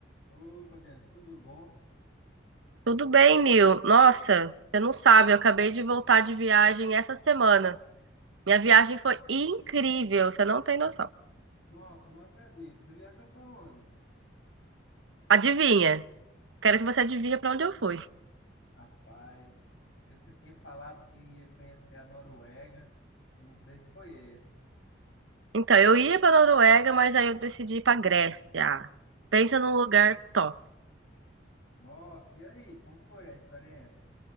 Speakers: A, on the left (about 80°); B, on the right (about 85°).
A: Opa, Diante, tudo bom?
B: Tudo bem, Nil? Nossa, você não sabe, eu acabei de voltar de viagem essa semana. Minha viagem foi incrível, você não tem noção.
A: Nossa, não acredito. Você viajou para onde?
B: Adivinha? Quero que você adivinhe para onde eu fui.
A: Rapaz, eh, você tinha falado que ia conhecer a Noruega. Eu não sei se foi esse.
B: Então, eu ia para Noruega, mas aí eu decidi ir para Grécia. Pensa num lugar top.
A: Nossa, e aí? Como foi a experiência?